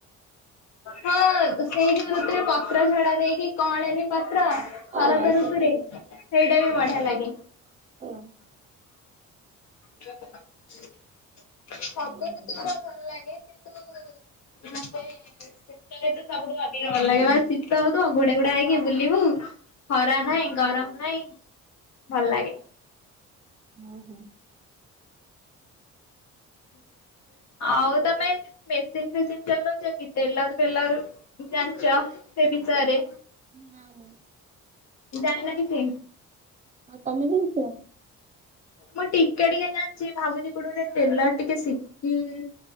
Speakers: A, on the left (about 65°); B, on the right (about 25°).
A: ହଁ ସେଇ ଯୋଉ ଋତୁରେ ପତ୍ର ଝଡା ଯାଇକି କଅଁଳେ ବି ପ ପ୍ର
B: ହଁ
A: ଶରତ ଋତୁରେ
B: ସେଇଟା ହିଁ
A: ସେଇଟା ବି ବଢିଆ ଲାଗେ।
B: ହଁ।
A: ସବୁ
B: ହଉ
A: ଋତୁ ଗୁରା ଭଲ ଲାଗେ। ଗେ କିନ୍ତୁ ଶୀତ ଦିନ ସବୁଠୁ ଅଧିକା ଭଲ ଲାଗେ ମାନେ ଶୀତ ହଉଥିବ ଘୋଡେଇ ଘୁଡ଼ା ହେଇକି ବୁଲିବୁ ଖରା
B: ହଉ
A: ନାଇଁ ଗରମ ନାଇଁ ଭଲ ଲାଗେ।
B: ଓ ହୋ।
A: <inaudible> ଆଉ ତମେ ମେସିନ୍ ଫେସିନ ଚଲଉଛ କି ଟେଲର ଫେଲର ଜାଣିଛ? ସେ ବିଷୟରେ
B: ନା ନା ନା।
A: ଜାଣିନ
B: <unintelligible>
A: କିଛି?
B: ଆଉ ତମେ ଜାଣିଛ।
A: ମୁଁ ଟିକେ ଟିକେ ଜାଣିଛି ଭାବୁଛି କୋଉଠି ଗୋଟେ ଟେଲର୍ ଟିକେ ଶିଖିବି।